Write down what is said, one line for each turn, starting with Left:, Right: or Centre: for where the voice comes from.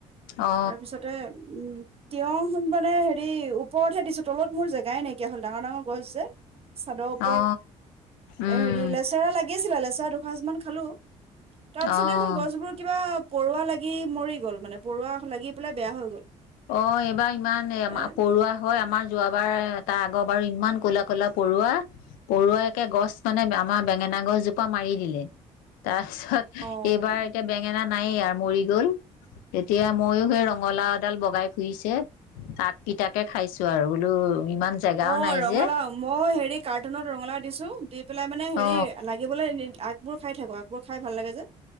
Left: অ
Right: তাৰপিছতে, উম। তিয়হুন মানে হেৰি ওপৰতহে দিছো তলত মোৰ জেগাই নাইকিয়া হল, ডাঙৰ-ডাঙৰ গছ যে। চাদৰ ওপৰত,
Left: অ উম
Right: হেৰি লেচেৰা লাগে। লাগিছিলে লেচেৰা দুসাঁজ মান খালো। তাৰ পিছত
Left: অ
Right: দেখোন গছবোৰ কিবা, পৰুৱা লাগি মৰি গ'ল, মানে পৰুৱা লাগি পেলাই বেয়া হৈ গ'ল।
Left: অ' এইবাৰ ইমান
Right: এ
Left: পৰুৱা হয়। আমাৰ যোৱাবাৰ তাৰ আগৰ বাৰু ইমান ক'লা-ক'লা, পৰুৱা-পৰুৱা, একে গছ মানে আমাৰ বেঙেনা গছজোপা মাৰি দিলে। তাৰ তাৰ পিছত,
Right: অ
Left: এইবাৰ এতিয়া বেঙেনা নায়েই আৰু মৰি গল। তেতিয়া ময়ো সেই ৰঙালাও ডাল বগাই ফুৰিছে আগ কেইটাকে খাইছো আৰু বোলো, ইমান জেগাও
Right: অ'
Left: নাই
Right: ৰঙালাও
Left: যে
Right: মই হেৰি কাৰ্টুনত ৰঙালাও দিছো, দি পেলাই মানে হেৰি
Left: অ
Right: লাগিবলৈ আগবোৰ খাই থাকো আগবোৰ খাই ভাল লাগে যে।